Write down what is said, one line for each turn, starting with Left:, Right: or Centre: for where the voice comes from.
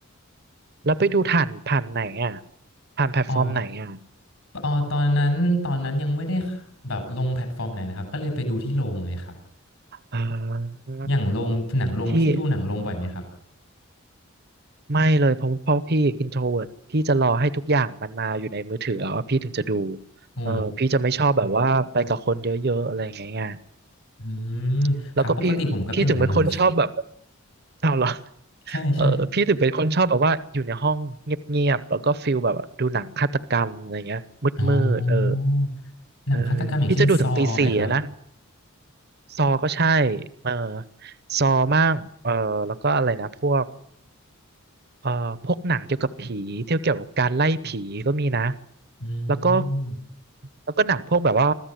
Right: แล้วไปดูผ่านผ่านไหนอ่ะผ่านแพลตฟอร์มไหนอ่ะ
Left: อ๋ออ๋อตอนนั้นตอนนั้นยังไม่ได้แบบลงแพลตฟอร์มไหนเลยครับก็เลยไปดูที่โรงเลยครับ
Right: อ่า
Left: อย่างโรงหนังโรงพี่ดูหนังโรงบ่อยไหมครับ
Right: ที่ ไม่เลยเพราะเพราะพี่อินโทรเวิร์พี่จะรอให้ทุกอย่างมันมาอยู่ในมือถือแล้วอะพี่ถึงจะดู
Left: โอ้
Right: เออพี่จะไม่ชอบแบบว่าไปกับคนเยอะๆอะไรอย่างเงี้ยไง
Left: อื
Right: อืม
Left: มครับปกติผมก็เป็นอย่างนั้นเหมือนกัน
Right: แล้วก็พี่พี่ถึงเป็นคนชอบแบบเอาเหรอ
Left: <laughs> ใช่ใช่
Right: เออพี่ถึงเป็นคนชอบแบบว่าอยู่ในห้องเงียบๆแล้วก็ฟิลแบบดูหนังฆาตกรรมอะไรเงี้ยมืดๆเออ
Left: อ๋อหนังฆาตกรรมอย่างเช่นซอไหมครับ
Right: เออพี่จะดูถึงตีสี่อะนะ <laughs> ซอก็ใช่เออซอมั่งเออแล้วก็อะไรนะพวก เอ่อพวกหนังเกี่ยวกับผีเที่ยวเกี่ยวกับการไล่ผีก็มีนะ
Left: อืม
Right: แล้วก็แล้วก็หนังพวกแบบว่า